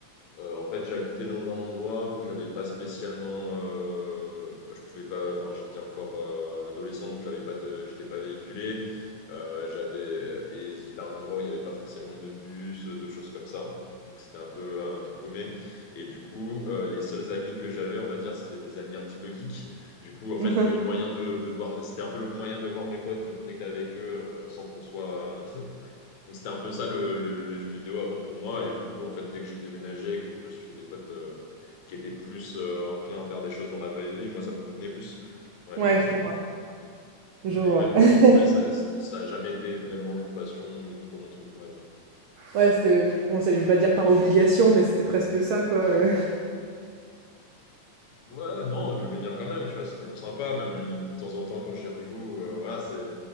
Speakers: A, on the left; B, on the right.
A: Euh, en fait, j'habitais dans un endroit où j'avais pas spécialement, euh, je pouvais pas, enfin, j'étais encore euh, adolescent, donc j'avais pas de, j'étais pas véhiculé. Euh, j'avais et c'était un endroit où il y avait pas forcément de bus, de choses comme ça. Donc c'était un peu un tout paumé. Et du coup, euh, les seuls amis que j'avais, on va dire, c'était des amis un petit peu geeks. Du coup, en fait,
B: <laughs>
A: le moyen de, de voir, c'était un peu le moyen de voir mes potes, de me connecter avec eux, euh, sans qu'on soit, donc c'était un peu ça le, le- les jeux vidéo avant pour moi. Et du coup, en fait, dès que j'ai déménagé et que je me suis fait des potes euh, qui étaient plus euh, enclins à faire des choses dans la vraie vie, moi, ça me convenait plus, on va
B: Ouais,
A: dire.
B: je comprends. Je
A: Mais
B: vois.
A: même
B: <laughs>
A: quand j'ai joué, ça, c'était- ça a jamais été vraiment une passion ou trop mon truc, on va dire.
B: Ouais, c'était bon, ça je vais pas dire par obligation, mais c'était presque ça, quoi, heu. <laughs>
A: Ouais, non, je le mets bien quand même, tu vois, c'est toujours sympa. Même une- de temps en temps, quand j'y rejoue, euh, voilà, c'est,